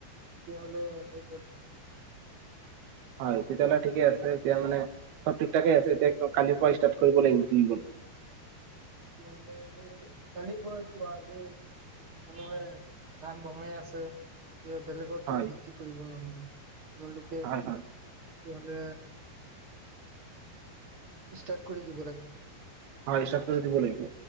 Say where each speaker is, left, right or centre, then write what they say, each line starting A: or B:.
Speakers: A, on the right; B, on the right.
A: তেতিয়াহ'লে <unintelligible>
B: হয়, তেতিয়াহ'লে ঠিকে আছে। এতিয়া, মানে, চব ঠিক-ঠাকে আছে। এতিয়া কালিৰ পৰা ষ্টাৰ্ট কৰিব লাগিব কিনিব
A: তেতিয়াহ'লে কালি পৰাই কিয়? আজি সময় ধান ভঙাই আছে এয়া বেলেগৰ
B: হয়
A: তাত বিক্ৰী কৰিব নহ'লে তোমালোকে
B: হয় হয়
A: তে হ'লে ষ্টাৰ্ট কৰি দিব লাগ
B: হয় হিচাপ কৰি দিব লাগিব।